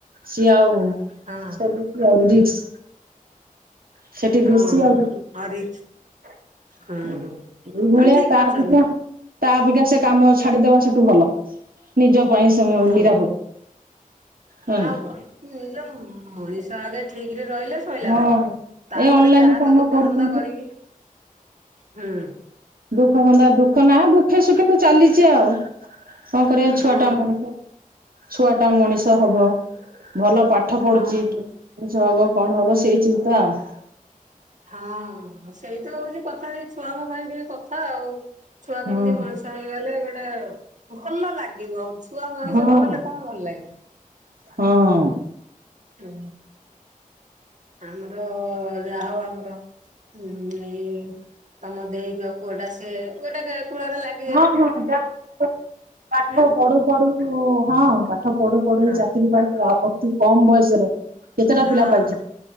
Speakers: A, on the right (about 90°); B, on the right (about 55°).
A: ସିଏ ଆଉ
B: ହଁ
A: ସିଏ ବି ଆହୁରି ରିକ୍ସ। ସେଠି ବେଶୀ
B: ହଁ
A: ଆହୁରି ରିକ୍ସ।
B: ହଁ ହଁ
A: ଏଇ ଭଳିଆ
B: ହଁ ଠିକ
A: ତା
B: କରିଛନ୍ତି
A: ପିଛା ତା ଅପେକ୍ଷା ସେ କାମ ଛାଡିଦବା ସେଠୁ ଭଲ ନିଜ ପାଇଁ ସେ ନିରାପଦ।
B: ହଁ।
A: ହେଲା।
B: ଆଉ କଣ ନିଜ ମଣିଷ ଆଗେ ଠିକ ରେ ରହିଲେ ସଇଲା
A: ହଁ
B: କାମ ତାପରେ
A: ଏ ଅନଲାଇନ
B: ଯାହା
A: କାମ
B: ତ ଦୁଃଖ
A: କରୁଛନ୍ତି
B: ଧନ୍ଦା କରିକି ହୁଁ।
A: ଦୁଃଖ ଧନ୍ଦା ଦୁଃଖ ନା ଦୁଃଖେ ସୁଖେ ତ ଚାଲିଚି ଆଉ। କଣ କରିବା ଛୁଆଟା
B: ହଁ
A: ଆମର ତ ଛୁଆ ଟା ମଣିଷ ହବ ଭଲ ପା ଠ ପଢୁଚି
B: ହଁ।
A: ମଣିଷ ହବ କଣ ହବ ସେଇ ଚିନ୍ତା ଆଉ।
B: ହଁ ସେଇ ତ ହଉଛି କଥା ଛୁଆଙ୍କ ପାଇଁ ଟିକେ କଥା ଆଉ ଛୁଆ
A: ହଁ
B: କେମିତି ମଣିଷ ହେଇଗଲେ ଗୋଟେ ଭଲ ଲାଗିବ। ଛୁଆ ମଣିଷ
A: ହଁ
B: ନହେଲେ
A: ହଁ।
B: କଣ ଭଲ ଲାଗିବ?
A: ହଁ।
B: ହୁଁ ଆମର ଯାହା ହଉ ଆମର ହୁଁ ଏଇ ତମ ଦେଇଙ୍କ ପୁଅଟା ସେ ଗୋଟେ କୂଳରେ ଲାଗ
A: ହଁ ହଁ ଯାହା ପାଠ
B: ହଁ
A: ପଢୁ ପଢୁ ଯୁ ହଁ ପାଠ ପଢ଼ୁ ପଢ଼ୁ
B: ହଁ
A: ଚାକିରି ପାଇଯିବା ଅତି କମ ବୟସରେ କେତେ ଟା
B: ହଁ।
A: ପିଲା ପାଇଚ?